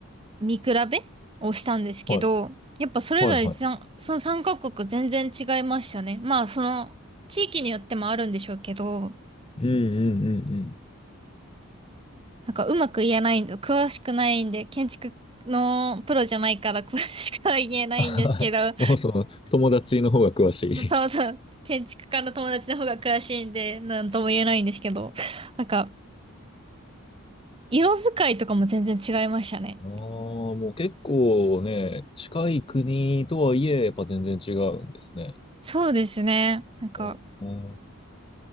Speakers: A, on the right; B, on the left.
A: 見比べをしたんですけど、
B: はい。
A: やっぱそれぞれさんその3カ国全然違いましたね。
B: はいはい。
A: まあ、その、地域によってもあるんでしょうけど、
B: うんうんうんうん
A: なんかうまく言えないんで、詳しくないんで、建築のプロじゃないから <laughs> 詳しくは言えないんですけど、
B: はい <laughs> もうその、友達の方が詳しい。
A: そうそう。建築家の友達の方が詳しいんで、なんとも言えないんですけど。なんか、色使いとかも全然違いましたね。
B: ああ、もう結構ね、近い国とはいえ、やっぱ全然違うんですね。
A: そうですね。なんか、
B: おお